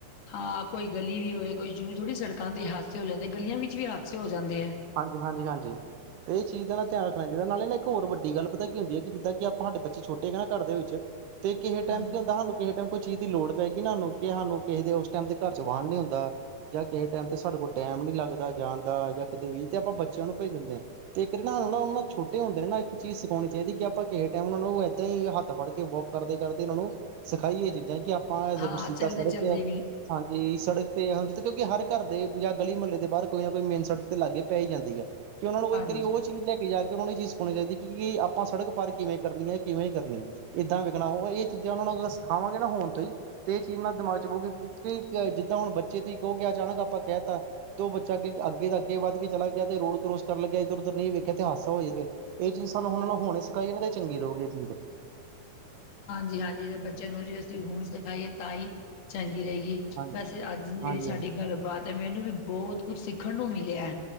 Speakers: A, on the left; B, on the right.
A: ਹਾਂ ਕੋਈ ਗਲੀ ਵੀ ਹੋਏ ਕੋਈ ਜ਼ਰੂਰੀ ਥੋੜ੍ਹੀ ਸੜਕਾਂ ਤੇ ਹਾਦਸੇ ਹੋ ਜਾਂਦੇ ਗਲੀਆਂ ਵਿੱਚ ਵੀ ਹਾਦਸੇ ਹੋ ਜਾਂਦੇ ਹੈ।
B: ਹਾਂਜੀ ਹਾਂਜੀ ਹਾਂਜੀ। ਤੇ ਇਹ ਚੀਜ਼ ਦਾ ਨਾਲ ਧਿਆਨ ਰੱਖਣਾ ਚਾਹੀਦਾ ਨਾਲ ਨਾ ਇੱਕ ਹੋਰ ਵੱਡੀ ਗੱਲ ਪਤਾ ਕੀ ਹੁੰਦੀ ਹੈ ਕਿ ਜਿੱਦਾਂ ਕਿ ਆਪਾਂ ਸਾਡੇ ਬੱਚੇ ਛੋਟੇ ਹੈ ਨਾ ਘਰ ਦੇ ਵਿੱਚ ਤੇ ਕਿਸੇ
A: ਹਾਂਜੀ।
B: ਟਾਈਮ ਕੀ ਹੁੰਦਾ ਸਾਨੂੰ ਕਿਸੇ ਟਾਈਮ ਕੋਈ ਚੀਜ਼ ਦੀ ਲੋੜ ਪਏਗੀੂ ਨਾ ਸਾਨੂੰ ਕਿ ਸਾਨੂੰ ਕਿਸੇ ਟਾਈਮ ਤੇ ਘਰ ਜਵਾਕ ਨਹੀਂ ਹੁੰਦਾ ਜਾਂ ਕਿਸੇ ਟਾਈਮ ਤੇ ਸਾਡੇ ਕੋਲ ਟਾਈਮ। ਟਾਈਮ ਨੀ ਲੱਗਦਾ ਜਾਣ ਦਾ ਜਾਂ। ਕਿਤੇ ਵੀ ਤੇ ਆਪਾਂ ਬੱਚਿਆਂ ਨੂੰ ਭੇਜਨ ਦੇ ਆ ਤੇ ਇੱਕ ਨਾ ਓਨਾ ਨੂੰ ਨਾ ਛੋਟੇ ਹੁੰਦੇ ਨੂੰ ਨਾ ਇੱਕ ਚੀਜ਼ ਸਿਖਉਣੀ ਚਾਹੀਦੀ ਕਿ ਆਪਾਂ ਟਾਈਮ ਓਨਾ ਨੂੰ ਏਦਾਂ ਈ ਹੱਥ ਫੜ ਕੇ ਵੋਕ ਕਰਦੇ ਕਰਦੇ ਉਨਾਂ ਨੂੰ ਸਿਖਾਈ ਏ ਚੀਜ਼ਾਂ ਕਿ ਆਪ ਪਾਂ
A: ਹਾਂ ਚਲਦੇ
B: ਸੜਕ
A: ਚਲਦੇ
B: ਤੇ ਐ
A: ਵੀ
B: ਹਾਂਜੀ ਸੜਕ ਤੇ ਕਿਉਂਕਿ ਹਰ ਘਰ ਦੇ ਜਾਂ ਗਲੀ ਮਹੱਲੇ ਦੇ ਬਾਰ ਕੋਈ ਨਾ ਕੋਈ ਮੇਨ ਸੜਕ ਤੇ ਲਾਗੇ ਪੈ ਈ ਜਾਂਦੀ ਆ। ਕਿ ਓਨਾਂ ਨੂੰ
A: ਹਾਂਜੀ।
B: ਇੱਕ ਵਾਰੀ ਆਬਚੀਜ਼ ਲੈ ਕੇ ਜਾ ਓਨਾ ਨੂੰ ਚੀਜ ਸਖੋਣੀ ਚਾਈਦੀ ਕਿ ਆਪਾਂ ਸੜਕ ਪਾਰ ਕਿਵੇਂ ਕਰਨੀ ਹੈ ਕਿਵੇਂ ਕਰਨੀ ਏਦਾਂ ਵੇਖਣਾ ਉਹ ਇਹ ਚੀਜ਼ਾਂ ਉਹਨਾਂ ਨੂੰ ਅਗਰ ਸਿਖਾਵਾਂਗੇ ਨਾ ਹੁਣ ਤੋਂ ਈ ਤੇ ਏ ਚੀਜ਼ ਨਾ ਦਿਮਾਗ ਚ ਬਾਉਗੀ ਕਿਉਂਕਿ ਜਿੱਦਾ ਹੁਣ ਬੱਚੇ ਤੁਹੀ ਹੀ ਕਹੋਗੇ ਅਚਾਨਕ ਆਪਾਂ ਆਪਾਂ ਕੈ ਤਾ ਤੇ ਓ ਬੱਚਾ ਅੱਗੇ ਅੱਗੇ ਦਾ ਗੇ ਵੱਧ ਕੇ ਚਲਾ ਗਿਆ ਤੇ ਰੋਡ ਕਰੌਸ ਕਰ ਲੱਗਿਆ ਇਧਰ ਉਧਰ ਨਈ ਵੇਖਿਆ ਤੇ ਹਾਦਸਾ ਹੋਜੇ ਫੇਰ ਏ ਚੀਜ਼ ਸਾਨੂੰ ਹੁਣ ਨਾ ਹੁਣ ਸਿਖਾਈ ਚੰਗੀ ਰਉਗੀ ਏ ਚੀਜ਼
A: <inaudible> ਹਾਂਜੀ-ਹਾਂਜੀ ਜੇ ਬੱਚਿਆਂ ਨੂੰ ਜੇ ਅਸੀਂ ਹੁਣ ਸਿਖਾਈਏ ਤਾਂ ਈ ਚੰਗੀ ਰਏਗੀ
B: ਹਾਂਜੀ
A: ਵੈਸੇ ਅੱਜ ਜੇੜੀ
B: ਹਾਂਜੀ
A: ਸਾਡੀ ਗੱਲਬਾਤ ਤੇ ਮੈਨੂੰ ਵੀ ਬੋਤ ਕੁਛ ਸਿੱਖਣ ਨੂੰ ਮਿਲਿਆ।